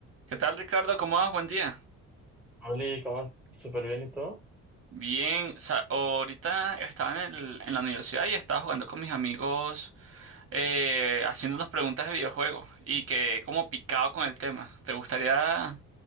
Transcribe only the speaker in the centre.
Oli, ¿cómo? ¿Súper bien y todo?